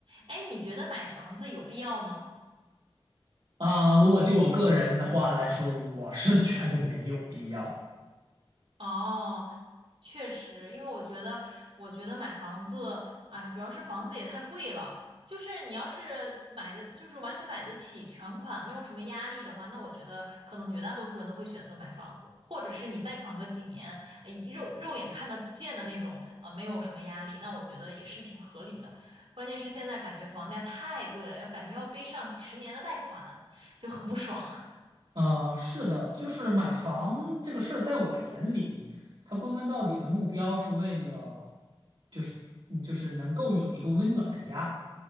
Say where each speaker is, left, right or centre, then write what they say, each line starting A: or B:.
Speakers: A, on the right; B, on the right.
A: 哎，你觉得买房子有必要吗？
B: 啊，如果就我个人的话来说，我是觉得没有必要。
A: 哦，确实，因为我觉得，我觉得买房子，哎，主要是房子也太贵了。就是你要是买的，就是完全买得起全款，没有什么压力的话，那我觉得可能绝大多数人都会选择买房子，或者是你贷款个几年，哎肉肉眼看得见的那种啊，没有什么压力，那我觉得也是挺合理的。关键是现在感觉房价太贵了，要感觉要背上几十年的贷款，就很不爽。
B: 啊，是的，就是买房这个事儿，在我眼里，它归根到底的目标是为了，就是嗯就是能够有一个温暖的家。